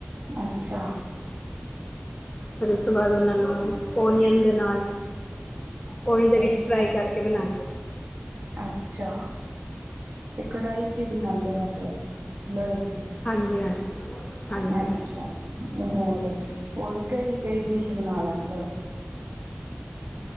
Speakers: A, on the right; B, on the left.
A: ਅੱਛਾ,
B: ਫਿਰ ਉਸ ਤੋਂ ਬਾਅਦ, ਉਹਨਾਂ ਨੂੰ ਓਨੀਅਨ ਦੇ ਨਾਲ। ਓਲ ਦੇ ਵਿੱਚ
A: ਅੱਛਾ
B: ਫਰਾਈ ਕਰਕੇ ਬਣਾਉਂਦੇ।
A: ਅੱਛਾ, ਤੇ ਕੜਾਹੀ ਵਿਚ ਬਣਾਉਦੇ
B: ਹਾਂਜੀ
A: ਹੋ, ਮਤਲਬ ਲੋਹੇ ਦੀ।
B: ਹਾਂਜੀ ਹਾਂਜੀ। ਹਾਂਜੀ
A: ਅੱਛਾ, ਹੋਰ ਹੋਰ ਕਿਹੜੀ ਕਿਹੜੀ ਡਿਸ਼ ਬਣਾ ਲੈਂਦੇ ਹੋ।